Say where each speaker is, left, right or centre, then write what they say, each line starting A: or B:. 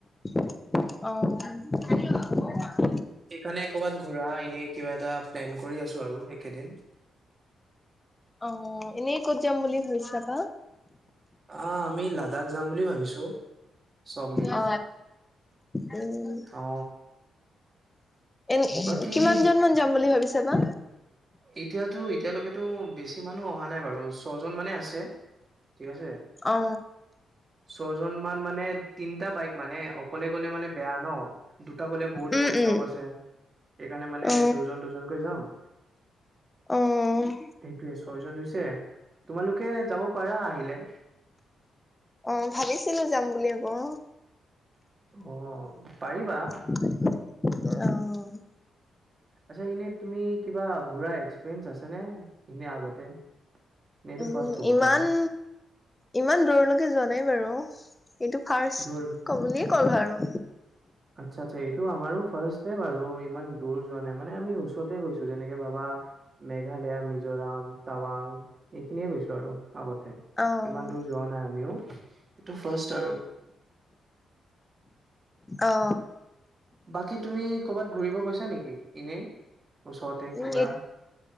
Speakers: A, on the left; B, on the right.
A: অ
B: সেইকাৰনে কবাত ঘূৰা এনে কিবা এটা প্লেন কৰি আছো আৰু একেদিন
A: অ এনেই ক'ত যাম বুলি ভাবিছা বা
B: অ আমি লাডাখ যাম বুলি ভাবিছো চব মিলি
A: অ উম
B: অ
A: এ
B: বাকী
A: কিমান জন মান যাম বুলি ভাবিছা বা
B: এতিয়াতো এতিয়ালৈকেতো বেছি মানুহ অহা নাই বাৰু ছয়জন মানে আছে ঠিক আছে
A: অ
B: ছয়জন মান মানে তিনিটা বাইক মানে অকলে গলে মানে বেয়া ন দুটা গলে বহুত
A: উম
B: পইচাও
A: উম
B: বাছে সেইকাৰণে মানে
A: অ
B: দুজন দুজনকৈ যাম
A: অঁ
B: সেইটোৱে ছয়জন হৈছে তোমালোকে যাব পাৰা আহিলে
A: অ ভাবিছিলো যাম বুলি আকৌ
B: অ পাৰিবা
A: অ
B: আচ্ছা কিনি তুমি কিবা ঘূৰা এক্সপ্ৰিৱেন্স আছে নে এনেই আগতে নে এইটো
A: উম
B: ফাৰ্ষ্ট হ'ব
A: ইমান
B: তোমাৰ
A: ইমান দূৰলৈকে যোৱা নাই বাৰু এইটো ফাৰ্ষ্ট
B: দৌল
A: কমনি হল আৰু
B: আচ্ছা আচ্ছা এইটো আমাৰো ফাৰ্ষ্টতে বাৰু ইমান দূৰ যোৱা নাই মানে আমি ওচৰতে গৈছো যেনেকে ভাবা মেঘালয়া মিজোৰাম টাৱাং এইখিনিয়ে গৈছো আৰু আগতে
A: অ',
B: ইমান দূৰ যোৱা নাই আমিও এইটো ফাৰ্ষ্ট আৰু
A: অ
B: বাকী তুমি কৰবাত ঘূৰিব গৈছা নেকি এনেই ওচৰতে
A: উম
B: কিবা?